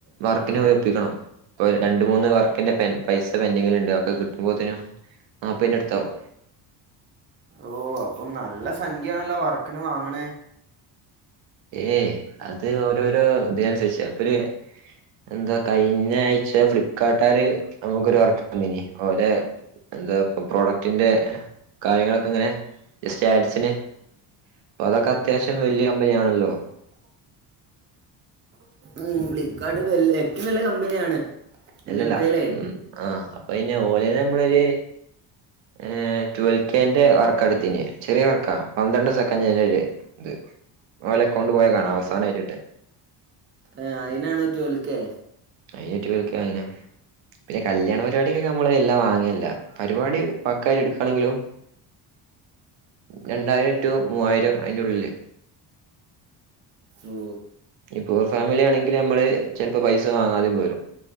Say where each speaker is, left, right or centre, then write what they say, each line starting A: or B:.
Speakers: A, on the right (about 80°); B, on the right (about 25°).
A: വർക്കിന്
B: ആ
A: പോയി ഒപ്പിക്കണം പ്പൊ രണ്ട് മൂന്ന് വർക്കിന്റെ പ പൈസ പെന്റിങ്ങില്ണ്ട് അതൊക്കെ കി ട്ടുമ്പോത്തിന് നാപ്പിന്റെ അടുത്താവും
B: ഓ അപ്പൊ നല്ല സംഖ്യയാണല്ലോ വർക്ക്ണ് വാങ്ങ്ണ്
A: ഏയ് അത് ഓരോരോ ഇതിനനുസരിച്ച് അപ്പൊര് എന്താ കഴിഞ്ഞ ആഴ്ച ഫ്ലിപ്പ്കാർട്ടാര് നമുക്കൊരു വർക്കന്നിനിം ഓലെ എന്താ പൊ പ്രോഡക് റ്റി ന്റെ കാര്യങ്ങളൊക്കെ ഇങ്ങനെ ജസ്റ്റ് ആഡ്സിന് അപ്പൊ അതൊക്കെ അത്യാവശ്യം വലിയ കമ്പനി ആണല്ലോ
B: ഉം ഫ്ലികാർട്ട് പൊ ഏറ്റവും വല്ല്യെ കമ്പനിയാണ് ഇങ്ങനത്തേലേ
A: അല്ലല്ല ഉം ആഹ് അപ്പൊ പിന്നെ ഓലെയ്ന്നമ്മളൊര് ഏഹ് റ്റുവൽ കെന്റെ വർക്കട്ത്തിനെഹ് ചെറിയ വർക്കാ പന്ത്രണ്ട് സെക്കന്റിന്റെ ഒര് ഇത്‌ ഓല അക്കൗണ്ട് പോയ കാണാ അവസാനായ്റ്റ് ട്ടെഹ്
B: ഏഹ് അയിനാണ് റ്റുവൽക്കെ
A: അയ്ന് റ്റുവൽക്കെ വങ്ങിന് പിന്നെ കല്യാണ പരിപാടിക്കൊക്കെ അമ്മള് എല്ലം വാങ്ങൽ ല്ല പരിപാടി പക്കായ്റ്റ് ഇട്ക്കാണെങ്കിലും രണ്ടായിരം റ്റു മൂവായിരം അയിന്റെ ഉള്ളില്
B: ഓ
A: ഇഞ്ഞി പുവർ ഫാമിലി ആണെങ്കില് അമ്മള് ചെൽപ്പോ പൈസ വാങ്ങാതിം പോരും